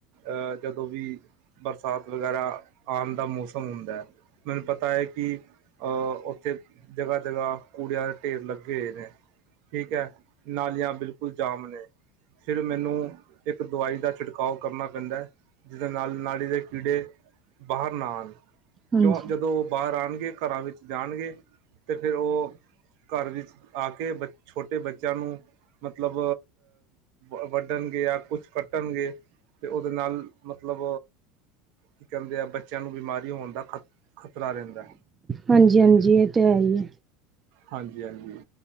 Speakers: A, on the right (about 65°); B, on the right (about 20°).
A: ਅਹ ਜਦੋਂ ਵੀ ਬਰਸਾਤ ਵਗੈਰਾ ਆਣ ਦਾ ਮੌਸਮ ਹੁੰਦਾ। ਮੈਨ ਪਤਾ ਏ ਕਿ ਉੱਥੇ ਜਗ੍ਹਾ-ਜਗ੍ਹਾ ਕੂੜਿਆਂ ਦੇ ਢੇਰ ਲੱਗੇ ਏ ਨੇ। ਠੀਕ ਹੈ ਨਾਲੀਆਂ ਬਿਲਕੁਲ ਜਾਮ ਨੇ। ਫਿਰ ਮੈਨੂੰ ਇੱਕ ਦਵਾਈ ਦਾ ਛਿੜਕਾਓ ਕਰਨਾ ਪੈਂਦਾ। ਜਿਦੇ ਨਾਲ ਨਾਲੀ ਦੇ ਕੀੜੇ ਬਾਹਰ ਨਾ ਆਣ
B: ਹਾਂਜੀ
A: ਕਿਉਂ ਜਦੋਂ ਬਾਹਰ ਆਣਗੇ ਘਰਾਂ ਵਿੱਚ ਜਾਣਗੇ ਤੇ ਫਿਰ ਓ ਕਾਰ ਵਿੱਚ ਆ ਕੇ ਬ ਛੋਟੇ ਬੱਚਿਆਂ ਨੂੰ ਮਤਲਬ ਅ ਵਢਣ ਗੇ ਯਾ ਕੁਛ ਕੱਟਣਗੇ ਤੇ ਓਦੇ ਨਾਲ ਮਤਲਬ ਕੀ ਕੈੰਦੇ ਆ ਬੱਚ ਬੱਚਿਆਂ ਨੂੰ ਬਿਮਾਰੀ ਹੋਣ ਦਾ ਖ਼ਤ ਖਤਰਾ ਰੈੰਦਾ।
B: ਹਾਂਜੀ ਹਾਂਜੀ ਇਹ ਤੇ ਹੈ ਹੀ ਹੈ
A: ਹਾਂਜੀ-ਹਾਂਜੀ।